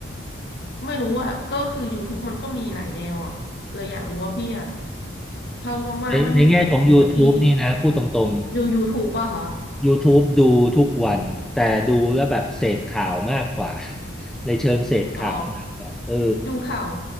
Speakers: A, on the left; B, in the centre.
A: ไม่รู้อ่ะก็คือ YouTube มันก็มีหลายแนวอ่ะเลยอยากรู้ว่าพี่อ่ะถ้าว่างๆถ้าไม่ดู
B: ในในแง่ของ
A: Netflix
B: YouTube
A: อ่ะพี่
B: นี่นะพูดตรง
A: ดู YouTube ปะคะ
B: ๆ YouTube ดูทุกวันแต่ดูแล้วแบบเสพข่าวมากกว่าในเชิงเสพข่าวมากกว่าเออ
A: อ๋อดูข่าว